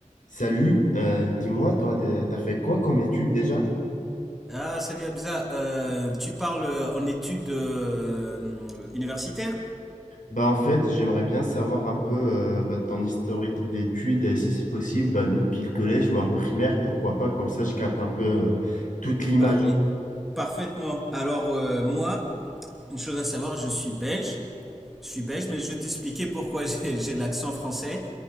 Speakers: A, on the left (about 85°); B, in the centre.
A: Salut, euh, dis-moi, toi, de- t'as fait quoi comme étude déjà?
B: Ah, salut Hamza. Euh, tu parles euh, en études euh, universitaires?
A: Bah, en fait, j'aimerais bien savoir un peu euh, bah, ton historique d'études, et si c'est possible, bah, depuis le collège, voire primaire, pourquoi pas, comme ça je capte un peu euh, toute l'image.
B: Bah oui. Parfaitement. Alors, euh, moi, une chose à savoir, je suis belge. Je suis belge, mais je vais t'expliquer pourquoi <laughs> j'ai j'ai l'accent français.